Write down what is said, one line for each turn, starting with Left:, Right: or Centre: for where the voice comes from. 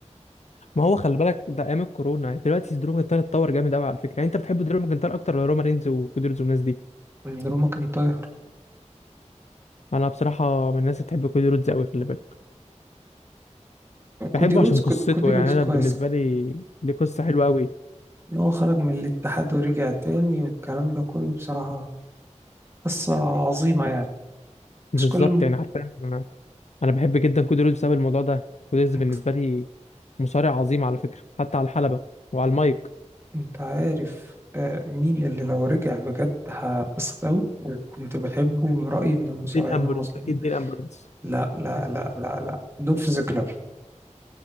Left: ما هو خلي بالك ده ايام الكورونا يعني دلوقتي درو ماكنتاير اتطور جامد قوي على فكرة يعني انت بتحب درو ماكنتاير اكتر ولا رومان رينز وكودي والناس دي
Right: درو ماكنتاير
Left: انا بصراحة من الناس اللي بتحب كودي رودز قوي خلي بالك بحبه
Right: كودي رودز
Left: عشان قصته
Right: كودي رودز
Left: يعني انا
Right: كويس
Left: بالنسبة لي ليه قصة حلوة قوي
Right: ان هو خرج من الاتحاد ورجع تاني والكلام ده كله بصراحة قصة عظيمة يعني
Left: بالظبط
Right: بس كل م...
Left: يعني عارفة انا انا بحب جدا كود ريز بسبب الموضوع ده كود ريز
Right: انت
Left: بالنسبه لي مصارع عظيم على فكره حتى على الحلبه وعلى المايك
Right: انت عارف آه، مين اللي لو رجع بجد هبسط أوي وكنت بحبه من رأيي من المصارعين
Left: دين امبرنس
Right: المصريين
Left: اكيد دين امبرنس
Right: لا لا لا لا لا دولف زيجلر